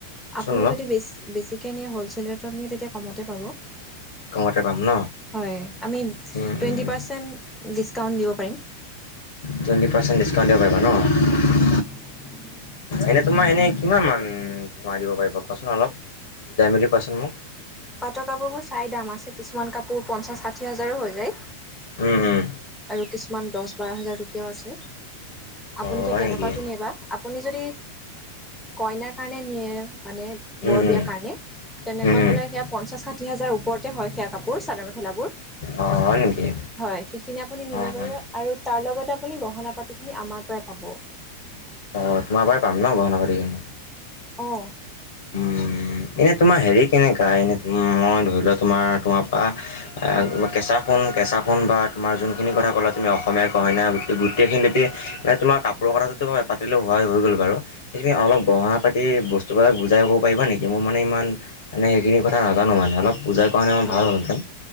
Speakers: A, in the centre; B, on the left.
A: আপুনি
B: চোন অলপ
A: যদি বেছি বেছি নিয়ে হ'লচেলত নিয়ে তেতিয়া কমতে পাব।
B: কমতে পাম ন?
A: হয় আমি
B: উম,
A: টুৱেন্টি
B: উম,
A: পাৰ্চেন্ট ডিচকাউণ্ট দিব পাৰিম।
B: টুৱেণ্টি পাৰ্চেণ্ট ডিচকাউণ্ট দিব পাৰিব ন।
A: <inaudible>
B: এনে তোমাৰ এনে কিমান মান কমাই দিব পাৰিবা কোৱাচোন অলপ বুজাই মেলি কোৱাচোন মোক।
A: পাটৰ কাপোৰবোৰ চাই দাম আছে কিছুমান কাপোৰ পঞ্চাশ ষাঠি হাজাৰো হৈ যায়।
B: উম, উম।
A: আৰু কিছুমান দহ বাৰ হাজাৰ টকীয়াও আছে। আপুনিতে
B: অ হয়
A: কেনেকুৱাটো
B: নেকি
A: নিয়ে বা আপুনি যদি কইনাৰ কাৰণে নিয়ে মানে
B: উম
A: বৰ বিয়াৰ
B: উম
A: কাৰণে তেনেকুৱা
B: উম উম
A: হ'লে সেয়া পঞ্চাশ ষাঠি হাজাৰ ওপৰতে হয় সেয়া কাপোৰ চাদৰ মেখেলাবোৰ।
B: অ হয় নেকি
A: হয় সেইখিনি আপুনি নিব
B: অ অ
A: পাৰিব আৰু তাৰ লগতে আপুনি গহনা পাতি খিনি আমাৰ পৰাই পাব।
B: অ' তোমাৰ পৰাই পাম ন গহনা পাতিখিনি।
A: অ'।
B: উম এনে তোমাৰ হেৰি কেনেকা, এনে মই ধৰি লোৱা তোমাৰ তোমাৰ পৰা
A: অ'
B: কেঁচা সোণ, কেঁচা সোণ বা তোমাৰ যোনখিনি কথা ক'লে তুমি অসমীয়া গহণা বুলি গোটেইখিনিতে তোমাৰ কাপ কাপোৰৰ কথাটোতো পাতিলেওঁ হোৱাই হৈ গ'ল, বাৰু এতিয়া তুমি অলপ গহণা পাতি বস্তুবিলাক বুজাই কৰিব পাৰিবা নেকি? মোৰ মানে ইমান মান সেইখিনি কথা নাজানো মানে, অলপ বুজাই কোৱা হ'লে
A: হয়,
B: ভাল হ'লহেঁতেন